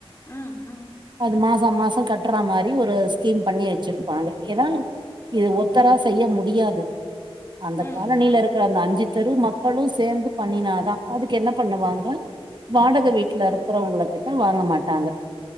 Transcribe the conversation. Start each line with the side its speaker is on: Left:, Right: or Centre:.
Left: ம், ம்,
Right: அது மாசா மாசோ கட்றா மாரி ஒரு ஸ்கீம் பண்ணி வச்சிருப்பாங்க ஏன்னா இது ஒருத்தரா செய்ய முடியாது அந்த
Left: ம்,
Right: காலனில
Left: ம்,
Right: இருக்கிற அந்த அஞ்சு தெரு மக்களு சேந்து பண்ணினாதா அதுக்கு என்ன பண்ணுவாங்க வாடக வீட்ல
Left: ம்,
Right: இருக்கறவங்களு கிட்ட வாங்க மாட்டாங்க